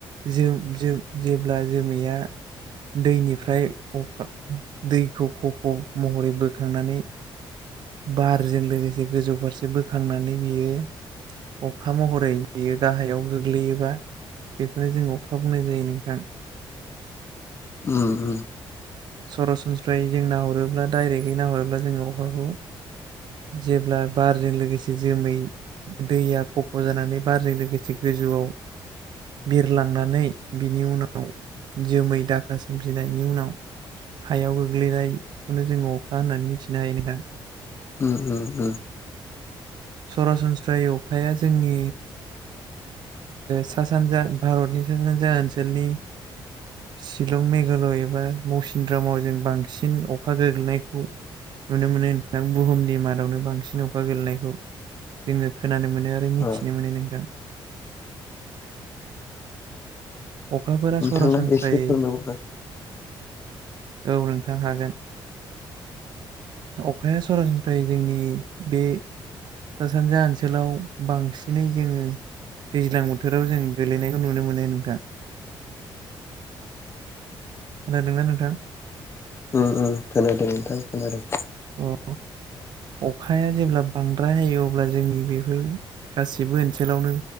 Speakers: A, on the right (about 55°); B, on the left (about 30°).
A: जोब जोब जेब्ला जोमैया दैनिफ्रायखा दैखौ खफ महरै बोखांनानै बारजों लोगोसे गोजौ फारसे बोखांनानै बियो अखा महरै बेयो गाहायाव गोग्लैयोबा बेखौनो जों अखा बुंनाय जायो नोंथां
B: उ उ
A: सरासनस्रायै जों नाहरोब्ला डाइरेक्टै नाहरोब्ला जोङो अखाखौ जेब्ला बारजों लोगोसे जोमै दैया खफ जानानै बारजों लोगोसे गोजौआव बिरलांनानै बिनि उनाव जोमै दाखा सोमजिनायनि उनाव हायाव गोग्लैनायखौनो जोङो अखा होननानै मिथिनो हायो नोंथां
B: उ उ उ
A: सरासनस्रायै अखाया जोंनि सा सानजा भारतनि सा सानजा ओनसोलनि शिलं मेघालय एबा मौसिनद्रामाव जों बांसिन अखा गोग्लैनायखौ नुनो मोनो नोंथां बुहुमनि मादावनो बांसिन अखा गोेलैनायखौ जोङो खोनानो मोनो आरो मिथिनो
B: अ
A: मोनो नोंथां अखाफोरा
B: नोंथाङा
A: सरासनस्रायै
B: एसे फोरमायहर आरो <inaudible>
A: औ नोंथां हागोन अखाया सरासनस्रायै जोंनि बे सा सानजा ओनसोलाव बांसिनै जोङो दैज्लां बोथोराव जों गोलैनायखौ नुनो मोनो नोंथां
B: <inaudible>
A: खोनादोंना नोंथां?
B: ओ ओ खोनादों नोंथां खोनादों।
A: औ अखाया जेब्ला बांद्राय हायो अब्ला जोंनि बेफोर गासिबो ओनसोलावनो